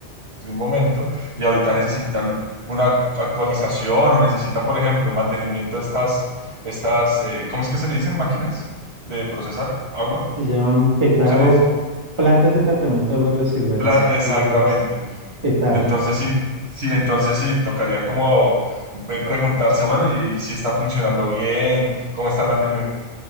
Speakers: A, on the right; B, on the right.
A: un momento y ahorita necesitan una cu- actualización o necesitan, por ejemplo, mantenimiento de estas, estas eh, ¿cómo es que se le dicen? Máquinas de procesar agua,
B: Se llaman petar
A: ¿cómo se le
B: o
A: dice?
B: plantas de tratamiento de aguas residuales.
A: Pla- exactamente.
B: Entonces, petar.
A: Entonces sí, sí, entonces sí, tocaría como eh, preguntarse, bueno, y, y si está funcionando bien, cómo está el mantenimiento